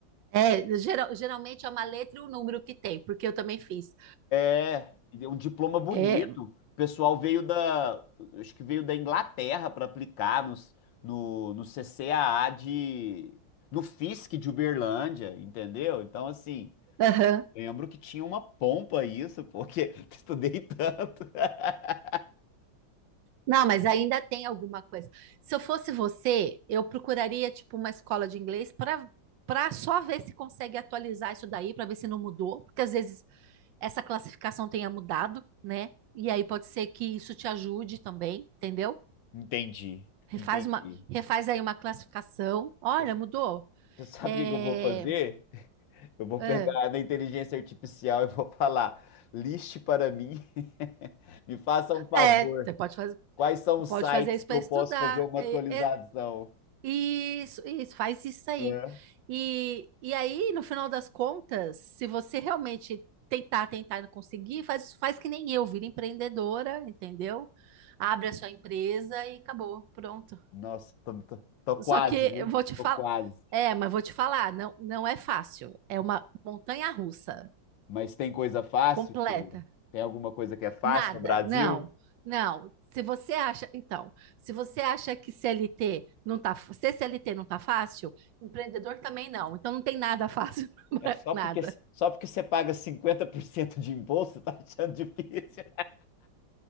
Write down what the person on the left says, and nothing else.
É, E um diploma bonito.
O pessoal veio da, acho que veio da Inglaterra para aplicar nos, no, no CCAA de, no FISC de Uberlândia, entendeu? Então, assim,
lembro que tinha uma pompa isso, porque <laughs> estudei tanto. <laughs>
Entendi,
entendi.
Você
você sabe
o que que eu vou fazer? Eu vou
pegar na inteligência artificial e vou falar, liste para mim, <laughs> me faça um favor.
Quais são os
sites
que
eu
posso fazer uma
atualização?
né?
Nossa, tô, tô- tô quase,
viu?
Tô quase.
Mas tem coisa fácil,
Sheila? Tem alguma coisa que é fácil
no Brasil?
É só
porque, só porque você paga 50% de imposto, <laughs> tá achando difícil?